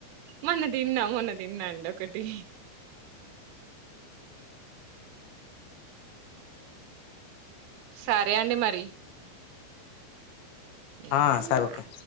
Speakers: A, on the right; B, on the left.
A: మొన్న తిన్నా మొన్న తిన్నా అండి ఒకటి సరే అండి మరి ఏం
B: ఆ సరే ఓకే
A: ఆ